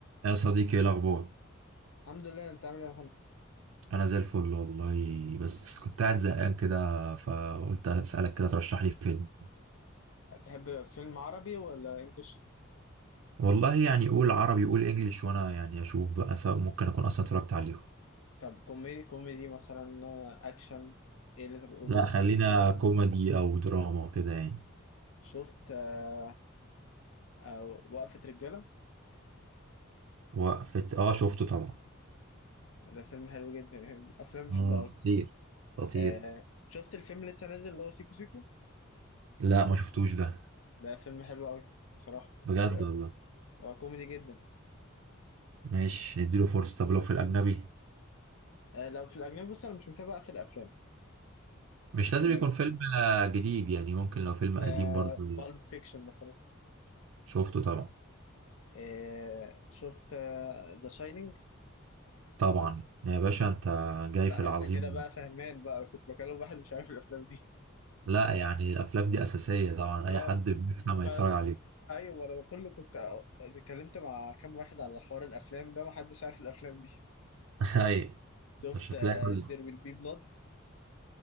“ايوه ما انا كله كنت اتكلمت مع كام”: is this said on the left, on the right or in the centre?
Left